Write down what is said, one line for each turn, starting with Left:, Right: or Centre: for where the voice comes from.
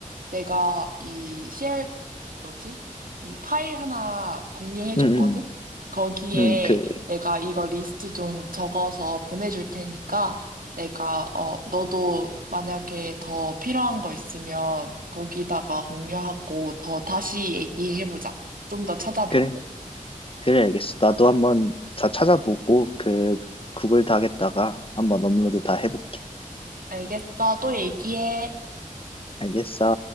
Right: 내가 이 쉘, 뭐지? 이 파일 하나 공유해줬거든?
Left: 응, 응,
Right: 거기에
Left: 응, 그,
Right: 내가 이거 리스트 좀 적어서 보내줄 테니까 내가, 어, 너도 만약에 더 필요한 거 있으면 거기다가 공유하고 더 다시 얘기해보자. 좀 더 찾아보고.
Left: 그래, 그래, 알겠어. 나도 한번 다 찾아보고 그 구글 닥에다가 한번 업로드 다 해볼게.
Right: 알겠어. 또 얘기해.
Left: 알겠어.